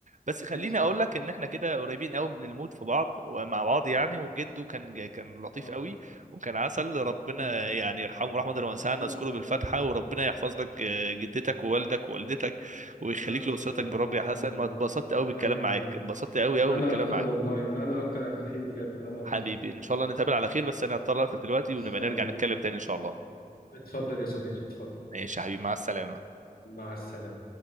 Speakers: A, on the right (about 55°); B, on the left (about 80°).
A: بس خليني
B: ايوه صح
A: اقول لك ان احنا كده قريبين قوي من المود في بعض ومع بعض يعني وجده كان ج- كان لطيف
B: اه
A: قوي وكان عسل ربنا
B: مم.
A: يعني يرحمه رحمه الله واسعه
B: ربنا
A: نذكره
B: يرحمه
A: بالفاتحه وربنا يحفظ لك آه، جدتك ووالدك ووالدتك ويخليك
B: يا رب يا رب
A: لاسرتك
B: يا رب
A: بالرب
B: اللهم
A: يا حسن
B: امين
A: ما اتبسطت قوي بالكلام
B: امين
A: معاك
B: يا رب
A: اتبسطت قوي قوي
B: انا
A: بالكلام
B: اكتر
A: معاك
B: والله انا اكتر يا عبد الرحيم بجد انا
A: حبيبي
B: اكتر ان
A: ان شاء الله نتقابل على خير بس انا هضطر اقفل دلوقتي ونبقى
B: شاء
A: نرجع
B: الله
A: نتكلم تاني ان شاء الله
B: اتفضل يا صديقي اتفضل
A: ماشي يا حبيبي مع السلامه
B: مع السلامة